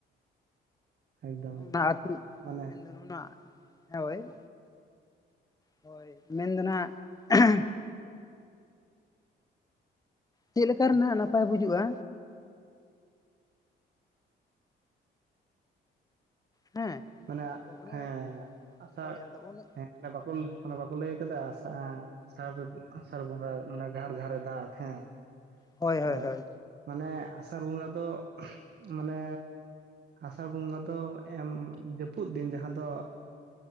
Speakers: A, on the right (about 55°); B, on the left (about 20°).
A: <inaudible> ᱮᱠᱫᱚᱢ
B: ᱚᱱᱟ ᱟᱹᱛᱩ
A: ᱢᱟᱱᱮ
B: <unintelligible> ᱦᱳᱭ ᱦᱳᱭ ᱢᱮᱱ ᱫᱚ ᱦᱟᱸᱜ <inaudible> ᱪᱮᱫ ᱞᱮᱠᱟ ᱨᱮ ᱱᱟᱜ ᱱᱟᱯᱟᱭ ᱵᱩᱡᱩᱜᱼᱟ? ᱦᱮᱸ
A: ᱢᱟᱱᱮ
B: ᱛᱚ ᱚᱱᱟ
A: ᱦᱮᱸ ᱟᱥᱟᱲ
B: ᱦᱳᱭ ᱟᱫᱚ ᱚᱱᱮ
A: ᱦᱮᱸ ᱵᱟᱠᱚᱞ ᱚᱱᱮ ᱵᱟᱠᱚ ᱞᱟᱹᱭ ᱠᱮᱫᱟ ᱟᱥᱟ ᱮᱸ ᱟᱥᱟᱲ ᱟᱥᱟᱲ ᱵᱚᱸᱜᱟ ᱢᱟᱱᱮ ᱡᱷᱟᱨ ᱡᱷᱟᱨᱮ ᱫᱟᱜ ᱦᱮᱸ᱾
B: ᱦᱳᱭ ᱦᱳᱭ
A: ᱟ
B: ᱦᱳᱭ
A: ᱢᱟᱱᱮ ᱟᱥᱟᱲ ᱵᱚᱸᱜᱟ ᱫᱚ ᱢᱟᱱᱮ ᱟᱥᱟᱲ ᱵᱚᱸᱜᱟ ᱫᱚ ᱮᱢ ᱡᱟᱹᱯᱩᱫ ᱫᱤᱱ ᱡᱟᱦᱟᱸ ᱫᱚ